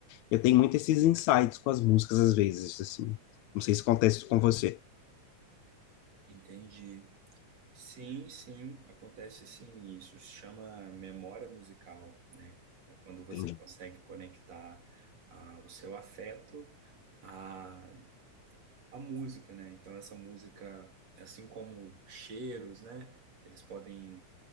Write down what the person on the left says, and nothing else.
Eu tenho muito esses insights com as músicas, às vezes, assim. Não sei se acontece isso com você.
Entendi.